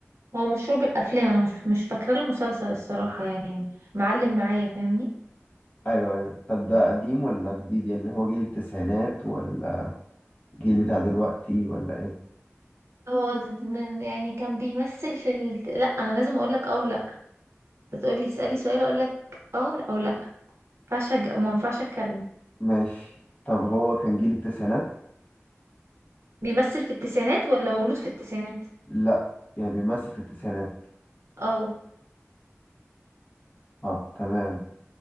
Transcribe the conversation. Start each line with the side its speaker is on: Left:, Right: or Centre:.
Right: هو مشهور بالافلام انا مش مش فاكره له مسلسل الصراحه يعني معلم معايا فاهمني
Left: ايوه ايوه طب ده قديم ولا جديد يعني هو جيل التسعينات ولا جيل بتاع دلوقتي ولا ايه
Right: هو د- د- من يعني كان بيمثل في ال... لا انا لازم اقول لك اه ولا تقول لي تسالي سؤال اقول لك اه او لا ما ينفعش أج- ما ينفعش اتكلم
Left: ماشي طب هو كان جيل التسعينات
Right: بيمثل في التسعينات ولا مولود في التسعينات
Left: لا يعني بيمثل في التسعينات
Right: اه
Left: اه تمام